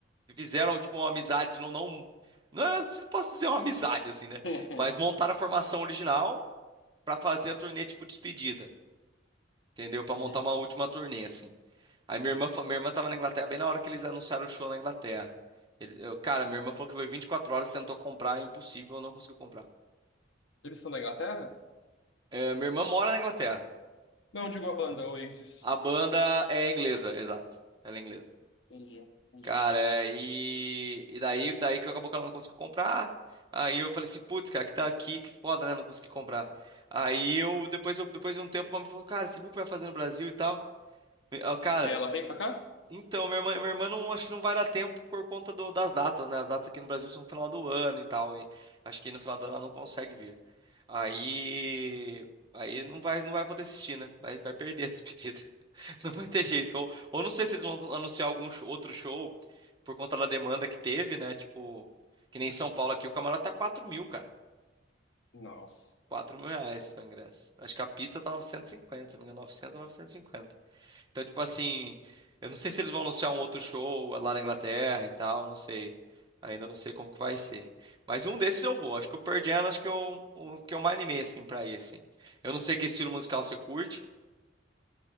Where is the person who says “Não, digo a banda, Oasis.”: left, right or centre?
Left